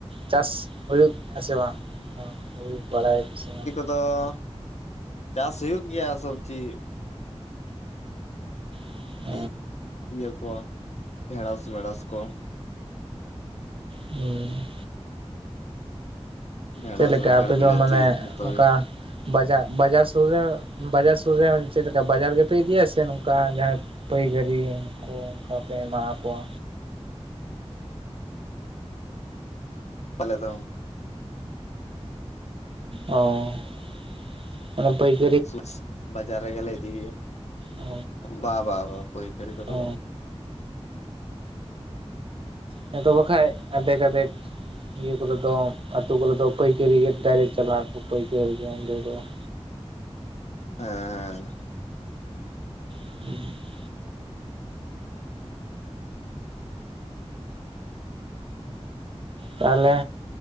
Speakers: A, on the right; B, on the left.
A: ᱪᱟᱥ ᱦᱩᱭᱩᱜ ᱜᱮᱭᱟᱥᱮ ᱵᱟᱝ ᱦᱩᱭ ᱵᱟᱲᱟᱭ ᱟᱯᱮ ᱥᱮ ᱵᱟᱝ
B: ᱫᱚ <unintelligible> ᱪᱟᱥ ᱦᱩᱭᱩᱜ ᱜᱮᱭᱟ ᱥᱚᱵᱡᱤ
A: <unintelligible>
B: <unintelligible> ᱤᱭᱟᱹ ᱠᱚ ᱰᱷᱮᱸᱲᱚᱥ ᱢᱮᱲᱚᱥ ᱠᱚ
A: ᱩᱸ
B: ᱰᱷᱮᱸᱲᱚᱥ
A: ᱪᱮᱫ ᱞᱮᱠᱟ
B: ᱵᱮᱸᱜᱟᱲ
A: ᱟᱯᱮ
B: ᱵᱤᱞᱟᱹᱛᱤ
A: ᱫᱚ ᱢᱟᱱᱮ
B: ᱡᱚᱛᱚ
A: ᱚᱱᱠᱟ
B: ᱜᱮ
A: ᱵᱟᱡᱟ ᱵᱟᱡᱟᱨ ᱥᱩᱨ ᱨᱮ ᱵᱟᱡᱟᱨ ᱥᱩᱨ ᱨᱮ ᱪᱮᱫ ᱞᱮᱠᱟ ᱵᱟᱡᱟᱨ ᱜᱮᱯᱮ ᱤᱫᱤᱭᱟ ᱥᱮ ᱱᱚᱝᱠᱟ ᱡᱟᱦᱟᱸᱭ ᱯᱟᱹᱭᱜᱟᱹᱨᱤᱭᱟ ᱩᱱᱠᱩ ᱚᱱᱠᱟ ᱯᱮ ᱮᱢᱟ ᱠᱚᱣᱟ
B: ᱯᱟᱞᱮ ᱫᱚ
A: ᱚᱸ ᱢᱟᱱᱮ ᱯᱟᱹᱭᱼᱼ
B: <inaudible> ᱵᱟᱡᱟᱨ ᱨᱮᱜᱮᱞᱮ ᱤᱫᱤᱭᱮᱭᱟ
A: ᱚ
B: ᱵᱟ ᱵᱟ ᱵᱟ ᱯᱟᱹᱭᱠᱟᱹᱨᱤ ᱠᱚᱫᱚ
A: ᱚ
B: ᱵᱟᱝ
A: ᱦᱮᱸ ᱛᱚ ᱵᱟᱠᱟᱡ ᱟᱫᱷᱮᱠ ᱟᱫᱷᱮᱠ ᱱᱤᱭᱟᱹ ᱠᱚᱨᱮ ᱫᱚ ᱟᱹᱛᱩ ᱠᱚᱨᱮ ᱫᱚ ᱯᱟᱹᱭᱠᱟᱹᱨᱤ ᱜᱮ ᱰᱟᱭᱨᱮᱴ ᱪᱟᱞᱟᱜ ᱟᱠᱚ ᱯᱟᱹᱭᱠᱟᱹᱨ ᱜᱮ ᱚᱸᱰᱮ ᱠᱚ <inaudible>
B: ᱦᱮᱻ ᱦᱮᱸᱼᱼ
A: <inaudible> ᱛᱟᱦᱚᱞᱮ